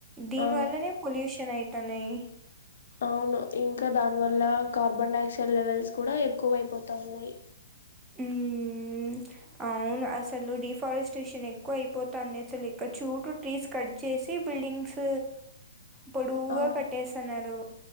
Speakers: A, on the right (about 15°); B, on the left (about 65°).
A: దీని
B: ఆ
A: వల్లనే పొల్యూషన్ అయిం టనై
B: అవును ఇంకా దాని వల్ల కార్బన్ డైఆక్సైడ్ లెవెల్స్ కూడా ఎక్కువ వైపోతాన్నాయ్.
A: ఉమ్ అవును అసలు డిఫారెస్టేషన్ ఎక్కువ అయిపోతాంది, అసలు ఇక్కడ చూడు ట్రీస్ కట్ చేసి బిల్డింగ్స్ పొడువుగా
B: ఆ
A: కట్టేస్తన్నారు.